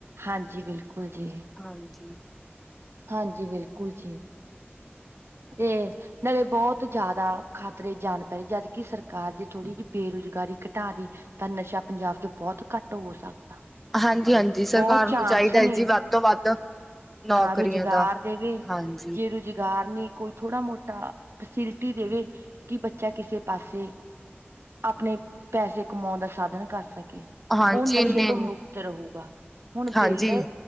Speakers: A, on the right; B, in the centre.
A: ਹਾਂਜੀ ਬਿਲਕੁਲ ਜੀ
B: ਹਾਂਜੀ।
A: ਹਾਂਜੀ ਬਿਲਕੁਲ ਜੀ ਤੇ ਨਾਲੇ ਬਹੁਤ ਜ਼ਿਆਦਾ ਖਤਰੇ ਜਾਣ ਪੈਏ ਜਦਕਿ ਸਰਕਾਰ ਜੇ ਥੋੜੀ ਜਿਹੀ ਬੇਰੁਜ਼ ਰੁਜ਼ਗਾਰੀ ਘਟਾ ਦੀ ਤਾਂ ਨਸ਼ਾ ਪੰਜਾਬ ਚ ਬਹੁਤ ਘੱਟ ਹੋ ਸਕਦਾ
B: ਹਾਂਜੀ- ਹਾਂਜੀ ਸਰਕਾਰ
A: ਬਹੁਤ ਚਾਂਸ
B: ਨੂੰ ਚਾਹੀਦਾ ਹੈ
A: ਨੇ
B: ਜੀ ਵੱਧ ਤੋਂ ਵੱਧ ਨੌਕਰੀਆਂ
A: ਹਾਂ ਰੁਜ਼ਗਾਰ
B: ਦਾ।
A: ਦੇਵੇ
B: ਹਾਂਜੀ।
A: ਜੇ ਰੁਜ਼ਗਾਰ ਨੀ ਕੋਈ ਥੋੜਾ ਮੋਟਾ ਫੈਸਿਲਿਟੀ ਦੇਵੇ ਕਿ ਬੱਚਾ ਕਿਸੇ ਪਾਸੇ ਆਪਣੇ ਪੈਸੇ ਕਮਾਉਣ ਦਾ ਸਾਧਨ ਕਰ ਸਕੇ
B: ਹਾਂਜੀ
A: ਉਹ ਨਸ਼ੇ
B: ਇੰਨੇ
A: ਤੋਂ ਮੁਕਤ ਰਹੇਗਾ ਹੁਣ
B: ਹਾਂਜੀ,
A: ਵਿੇਹਲੇ